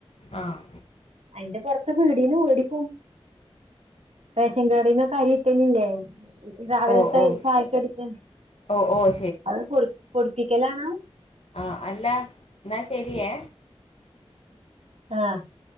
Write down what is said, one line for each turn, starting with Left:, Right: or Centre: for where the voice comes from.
Left: ആഹ്
Right: അതിന്റെ പുറത്ത് <unintelligible> റേഷൻകാർഡിൽ അരി കിട്ടലില്ലേ രാവിലത്തെ
Left: ഓഹ് ഓഹ്
Right: ചായക്കടിക്ക
Left: ഓഹ് ഓഹ്
Right: അത് പൊടിപ്പിക്കൽ ആണോ
Left: ആഹ അല്ല എന്നാ ശരിയേ
Right: ആഹ്